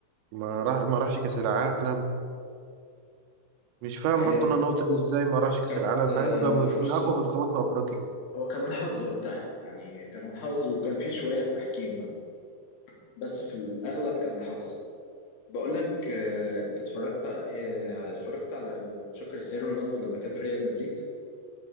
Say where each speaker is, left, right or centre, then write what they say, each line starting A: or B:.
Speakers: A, on the right; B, on the left.
A: ما راح ما راحش كاس العالم مش فاهم
B: آه،
A: برضو انا النقطه دي ازاي ما راحش كاس
B: كانت
A: العالم
B: آه،
A: مع انه كان من
B: فرصة
A: من اقوى المنتخبات في افريقيا
B: هو كان الحظ وقتها يعني كان الحظ وكان فيه شوية تحكيم برضه بس في الأغلب كان الحظ بقول لك آه، أنت اتفرجت آه، اتفرجت على ماتش كريستيانو رونالدو لما كان في ريال مدريد؟